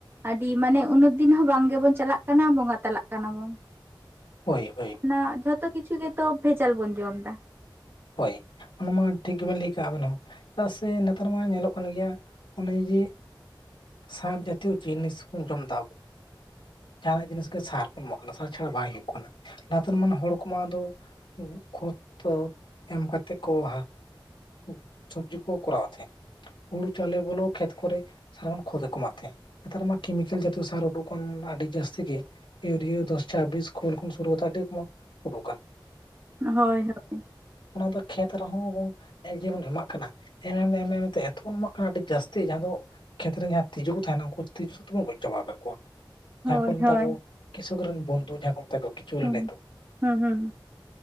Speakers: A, on the right; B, on the left.
A: ᱟᱹᱰᱤ ᱢᱟᱱᱮ ᱩᱱᱟᱹᱜ ᱫᱤᱱ ᱦᱚᱸ ᱵᱟᱝ ᱜᱮᱵᱚᱱ ᱪᱟᱞᱟᱜ ᱠᱟᱱᱟ ᱾ᱵᱚᱸᱜᱟ ᱛᱟᱞᱟᱜ ᱠᱟᱱᱟ ᱵᱚᱱ
B: ᱦᱳᱭ ᱦᱳᱭ
A: ᱚᱱᱟ ᱡᱷᱚᱛᱚ ᱠᱤᱪᱷᱩ ᱜᱮᱛᱚ ᱵᱷᱮᱡᱟᱞ ᱵᱚᱱ ᱡᱚᱢ ᱫᱟ ᱾
B: ᱦᱳᱭ, ᱚᱱᱟ ᱢᱟ ᱴᱷᱤᱠ ᱜᱮᱵᱮᱱ ᱞᱟᱹᱭ ᱠᱟᱜ ᱟᱵᱮᱱ ᱦᱚᱸ᱾ ᱪᱮᱫᱟᱜ ᱥᱮ ᱱᱮᱛᱟᱨ ᱢᱟ ᱧᱮᱞᱚᱜ ᱠᱟᱱ ᱜᱮᱭᱟ ᱚᱱᱮ ᱡᱮ ᱥᱟᱨ ᱡᱟᱛᱤᱭᱚ ᱡᱤᱱᱤᱥ ᱵᱚᱱ ᱡᱚᱢ ᱮᱫᱟ ᱟᱵᱚ, ᱡᱟᱦᱟᱱᱟᱜ ᱡᱤᱱᱤᱥ ᱜᱮ ᱥᱟᱨ ᱵᱚᱱ ᱮᱢᱟᱜ ᱠᱟᱱᱟ ᱥᱟᱨ ᱪᱷᱟᱲᱟ ᱵᱟᱭ ᱦᱩᱭᱩᱜ ᱠᱟᱱᱟ ᱱᱟᱛᱮᱨᱟᱱ ᱦᱚᱲ ᱠᱚᱢᱟ ᱫᱚ <unintelligible> ᱮᱢ ᱠᱟᱛᱮᱜ ᱠᱚ <unintelligible> ᱥᱚᱵᱽᱡᱤ ᱠᱚ ᱠᱚᱨᱟᱣ ᱛᱟᱦᱮᱸᱫ ᱾ ᱦᱩᱲᱩ ᱪᱟᱣᱞᱮ ᱵᱚᱞᱚ ᱠᱷᱮᱛ ᱠᱚᱨᱮ ᱾ ᱥᱟᱨᱟᱨᱚᱱ ᱠᱷᱚᱸᱛ ᱜᱮᱠᱚ ᱮᱢᱟᱜ ᱛᱟᱸᱦᱮᱜ, ᱱᱮᱛᱟᱨ ᱢᱟ ᱠᱮᱢᱤᱠᱮᱞ ᱡᱟᱛᱤᱭᱚ ᱥᱟᱨ ᱩᱰᱩᱠ ᱠᱟᱱ ᱟᱹᱰᱤ ᱡᱟᱹᱥᱛᱤ ᱜᱮ ᱾ ᱤᱭᱩᱨᱤᱭᱟᱹ ᱫᱚᱥ ᱪᱷᱟᱵᱤᱥ ᱠᱷᱳᱞ ᱠᱷᱚᱱ ᱥᱩᱨᱩ ᱠᱟᱛᱮ ᱩᱰᱜᱠᱟᱱ
A: ᱦᱳᱭ ᱦᱳᱭ
B: ᱚᱱᱟ ᱫᱚ ᱠᱷᱮᱛ ᱨᱮᱦᱚᱸ ᱮᱠ ᱡᱮ ᱵᱚᱱ ᱰᱷᱟᱞᱟᱜ ᱠᱟᱱᱟ᱾ ᱮᱢᱮᱢ ᱮᱢ ᱛᱮ ᱮᱛᱚᱵᱚᱱ ᱮᱢᱟᱜ ᱠᱟᱱᱟ ᱟᱹᱰᱤ ᱡᱟᱹᱥᱛᱤ ᱡᱟᱦᱟᱸ ᱫᱚ ᱠᱷᱮᱛᱨᱮ ᱡᱟᱦᱟᱸ ᱛᱤᱡᱩ ᱠᱚ ᱛᱟᱦᱮᱸᱱᱟ ᱩᱱᱠᱩ ᱛᱤᱡᱩ ᱥᱩᱛᱵᱚᱱ ᱜᱚᱡ ᱪᱟᱵᱟ ᱟᱠᱟᱫ ᱠᱚᱣᱟ᱾
A: ᱦᱳᱭ
B: ᱡᱟᱦᱟᱸ ᱠᱚ ᱢᱮᱛᱟ
A: ᱦᱳᱭ
B: ᱠᱚ ᱠᱤᱥᱚᱠ ᱨᱮᱱ ᱵᱚᱱᱫᱷᱩ ᱡᱟᱦᱟᱸ ᱠᱚ ᱢᱮᱛᱟ ᱠᱚ ᱠᱤᱪᱷᱩ
A: ᱦᱩᱸ
B: ᱞᱮᱸᱰᱮᱫ ᱫᱩ
A: ᱦᱩᱸ ᱦᱩᱸ